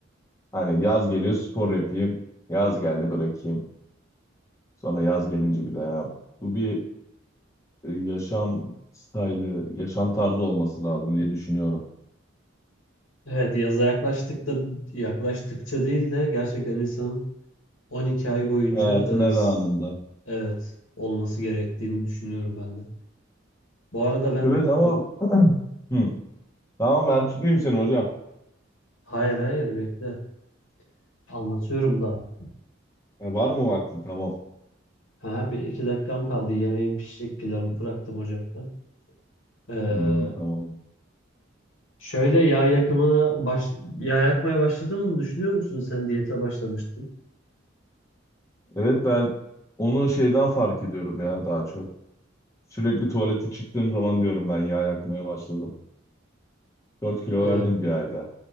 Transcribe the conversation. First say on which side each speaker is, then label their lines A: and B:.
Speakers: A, on the left; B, on the left.
A: Hani yaz geliyor spor yapayım. Yaz geldi bırakayım. Sonra yaz gelince bir daha. ya. Bu bir e, yaşam stili, yaşam tarzı olması lazım diye düşünüyorum.
B: Evet, yaza yaklaştık da yaklaştıkça değil de gerçekten insanın 12 ay boyunca
A: Hayatın her
B: e, s-
A: anında.
B: evet olması gerektiğini düşünüyorum ben de. Bu arada ben
A: Evet ama
B: bu-
A: hı, tamam ben tutmayayım seni hocam.
B: hayır hayır bekle anlatıyorum daha.
A: Ya var mı vaktin? Tamam.
B: Ha, bir iki dakikam kaldı. Yemeğim pişecek pilavı bıraktım ocakta. Ee,
A: Hı, tamam.
B: şöyle yağ yakımına baş, yağ yakmaya başladın mı düşünüyor musun? Sen diyete başlamıştın.
A: Evet ben onu şeyden fark ediyorum ya daha çok. Sürekli tuvalete çıktığım zaman diyorum ben yağ yakmaya başladım. 4 kilo
B: Ee,
A: verdim bir ayda.